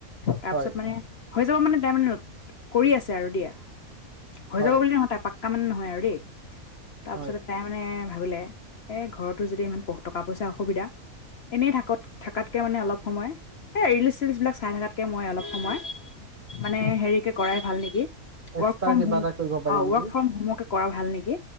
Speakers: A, on the left (about 55°); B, on the right (about 40°).
A: তাৰপিছত
B: হয়
A: মানে হৈ যাব মানে তাই মানে কৰি আছে আৰু দিয়া হৈ
B: হয়
A: যাব বুলি নহয় তাই পাক কামান নহয় আৰু দেই তাৰপিছতে
B: হয়
A: তাই মানে ভাবিলে এ ঘৰতো যদি ইমান প টকা পইচা অসুবিধা এনেই থাকত থকাতকে মানে অলপ সময় এ ৰিলচ চলচ্ বিলাক চাই থকাতকে মই অলপ সময় মানে হেৰিকে কৰাই ভাল নেকি
B: এক্সট্ৰা
A: ৱৰ্ক ফ্ৰম
B: কিবা
A: হোম
B: এটা কৰিব পাৰি
A: অ
B: নেকি
A: ৱৰ্ক ফ্ৰম হোমেকে কৰা ভাল নেকি